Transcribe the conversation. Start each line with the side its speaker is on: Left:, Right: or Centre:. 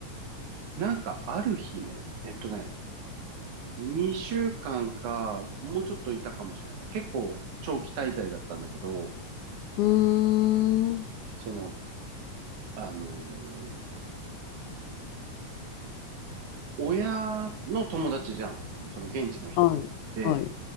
Right: なんかある日ね、えっとね、2週間かんか、もうちょっといたかもしれない。結構長期滞在だったんだけど、
Left: うーん。
Right: その、あのー親の友達じゃん。その現地の人で。
Left: はい、はい。